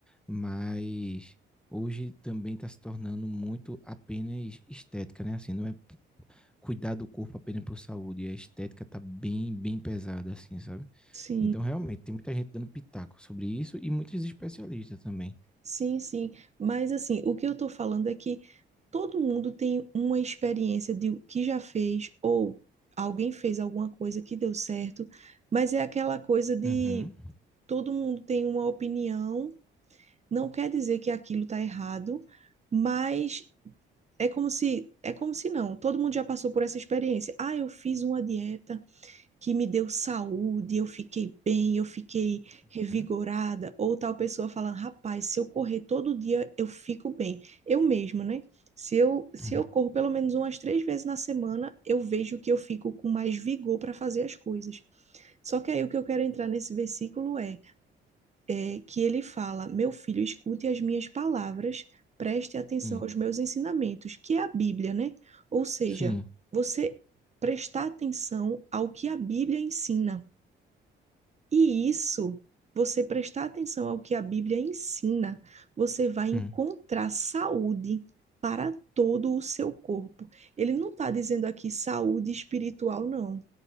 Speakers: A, in the centre; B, on the right.
A: mas hoje também está se tornando muito apenas estética, né? Assim, não é cuidar do corpo apenas por saúde. E a estética tá bem, bem pesada, assim, sabe?
B: Sim.
A: Então, realmente, tem muita gente dando pitaco sobre isso e muitos especialistas também.
B: Sim, sim. Mas assim, o que eu tô falando é que todo mundo tem uma experiência de o que já fez ou alguém fez alguma coisa que deu certo, mas é aquela coisa de
A: Uhum.
B: todo mundo tem uma opinião, não quer dizer que aquilo tá errado, mas é como se é como se não, todo mundo já passou por essa experiência. Ah, eu fiz uma dieta que me deu saúde, eu fiquei bem, eu fiquei
A: Uhum.
B: revigorada. Ou tal pessoa falando, rapaz, se eu correr todo dia, eu fico bem. Eu mesma, né? Se eu, se
A: Uhum.
B: eu corro pelo menos umas três vezes na semana, eu vejo que eu fico com mais vigor para fazer as coisas. Só que aí o que eu quero entrar nesse versículo é, é que ele fala: Meu filho, escute as minhas palavras, preste atenção
A: Sim,
B: aos meus ensinamentos, que é a Bíblia, né? Ou seja,
A: sim.
B: você prestar atenção ao que a Bíblia ensina. E isso, você prestar atenção ao que a Bíblia ensina, você vai encontrar
A: Hum.
B: saúde para todo o seu corpo. Ele não está dizendo aqui saúde espiritual, não.